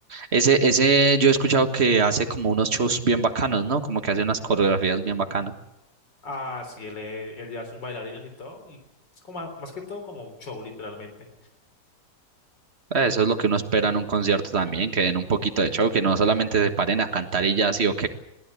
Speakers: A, on the right; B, on the left.
A: Ese, ese yo he escuchado que hace como unos shows bien bacanos, ¿no? Como que hace unas coreografías bien bacanas.
B: Ah, sí, él, eh, él lleva sus bailarines y todo, y es como más que todo como un show, literalmente.
A: Eh, Eso es lo que uno espera en un concierto también, que den un poquito de show, que no solamente se paren a cantar y ya, sí o